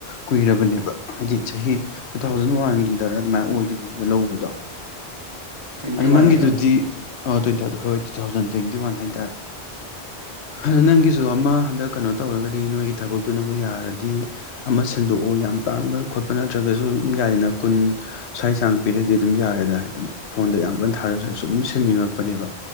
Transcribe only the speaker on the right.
ꯇ꯭ꯋꯦꯟꯇꯤ
ꯋꯥꯟ
ꯍꯥꯏꯌꯣ